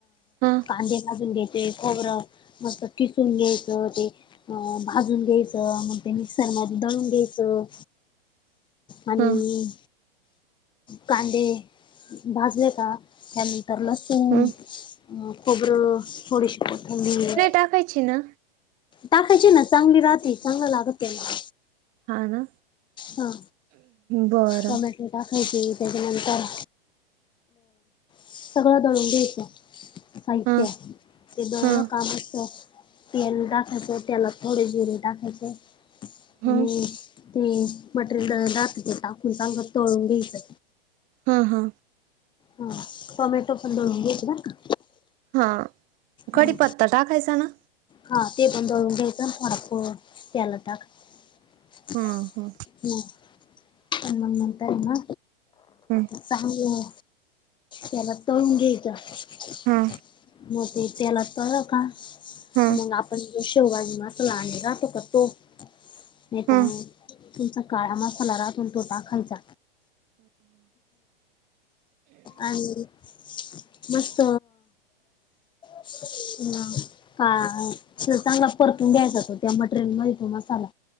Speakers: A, on the right; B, on the left.
A: हा
B: कांदे लाजून घ्याय खोबरं मस्त किसून घ्यायचं ते अ भाजून घ्यायचं मग ते मिक्सर मध्ये दळून घ्यायचं आणि
A: हा
B: कांदे भाजले का त्यानंतर लसुन,
A: हम्म
B: खोबरं, थोडीशी कोथिंबीर
A: टाकयची ना
B: टाकायची ना चांगली राहते चांगलं लागत त्यांना
A: हा ना
B: हा,
A: बरं
B: टोमॅटो टाकायचे त्याच्यानंतर सगळं दळून घ्यायचं. साहित्य,
A: हा
B: ते दळलं
A: हा
B: का मस्त तेल टाकायचं, तेलात थोडे जिरे टाकायचे आणि
A: हा
B: ते मटेरियल दळण बाकीचं टाकून, चांगल तळून घ्यायचं.
A: हा हा
B: हा, टोमॅटो पण दळून घ्यायच बर का.
A: हा, कडीपत्ता
B: हा
A: टाकायचा ना?
B: हा ते पण दळून घ्यायचं <unintelligible> तेलात टाकायचं,
A: हा हा
B: हम् आणि मग नंतर आहे ना,
A: ह
B: चांगलं तेलात तळून घ्यायचं,
A: हा
B: मग ते तेलात तळलं का
A: हा
B: मग आपण जो शेवगा आणलेला असला राहतो का, तो येताना
A: हा
B: तुमचा काळा मसाला राहतोना तो टाकायचा. आणि मस्त ह काळा, चांगला परतून घ्यायचा तो त्या मटेरियल मध्ये तो मसाला.